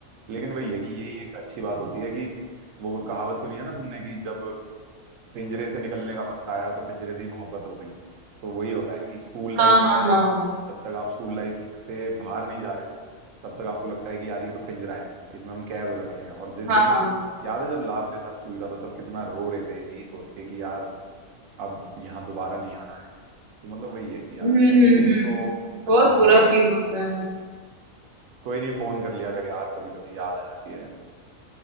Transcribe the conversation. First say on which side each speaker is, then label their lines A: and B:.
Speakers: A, on the right; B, on the right.
A: लेकिन वही है कि यही एक अच्छी बात होती है कि वो कहावत सुनी है ना तुमने कि जब पिंजरे से निकलने का वक्त आया तो पिंजरे से ही मोहब्बत हो गई तो वही होता है कि स्कूल लाइफ
B: हाँ
A: में
B: हाँ हाँ
A: जब तक आप स्कूल लाइफ से बाहर नहीं जा रहे हो तब तक आपको लगता है कि यार ये तो पिंजरा है इसमें हम कैद हो रखे हैं और जिस
B: हाँ
A: दिन
B: हाँ
A: याद है जब लास्ट डे था स्कूल का तो सब कितना रो रहे थे यही सोच के कि यार अब यहाँ दोबारा नहीं आना है तो मतलब वही है कि यार
B: हम्म हम्म
A: एंडिंग
B: हम्म
A: तो सच
B: बहुत
A: में बहुत
B: बुरा
A: ही
B: फील
A: इमोशनल
B: होता है
A: कोई नहीं फोन कर लिया अगर यार कभी कभी याद आ जाती है